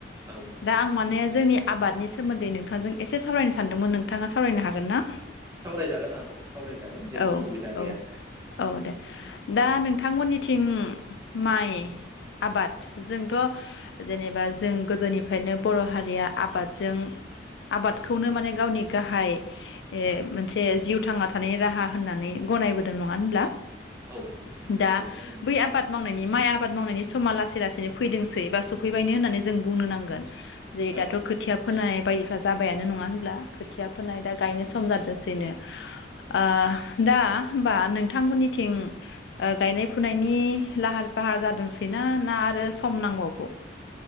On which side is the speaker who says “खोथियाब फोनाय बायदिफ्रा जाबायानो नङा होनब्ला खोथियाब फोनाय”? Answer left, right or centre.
Left